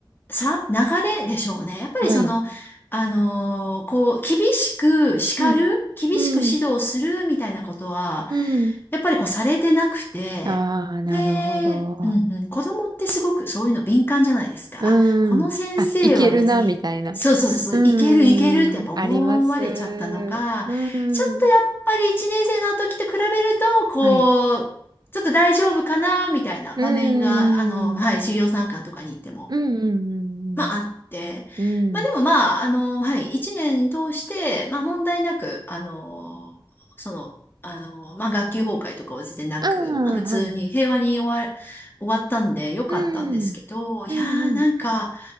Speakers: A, on the left (about 25°); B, on the right (about 50°).
A: さ、流れでしょうね。やっぱりその、
B: はい。
A: あのーこう、厳しく叱る、
B: うん。
A: 厳しく指導するみたいなことは、
B: うん。うん。
A: やっぱりこうされてなくて、
B: ああ、なるほど。
A: で、うんうん、子供ってすごくそういうの敏感じゃないですか。
B: うん。
A: あ、この先生は別に、
B: あ、いけるな、みたいな。
A: そうそうそう、
B: う
A: そういけるいけるってやっぱ思われちゃったのか、
B: ん。あります。うん。
A: ちょっとやっぱり1年生の時と比べると、こう、
B: はい。
A: ちょっと大丈夫かなみたいな場面が、
B: うん。
A: あの、はい、授業参観とかに行っても。
B: うん、
A: まあ、
B: うん、
A: あって、
B: うん。
A: まあでもまあ、
B: うん。う
A: あの、はい、一年通して、まあ問題なく、あの、その、あの、まあ学級崩壊とかは全然なく、
B: ああ、
A: まあ普通に平和に終わ、
B: はい。
A: 終わったんでよかったんですけど、
B: うん。うん、
A: いやーなんか、
B: うん。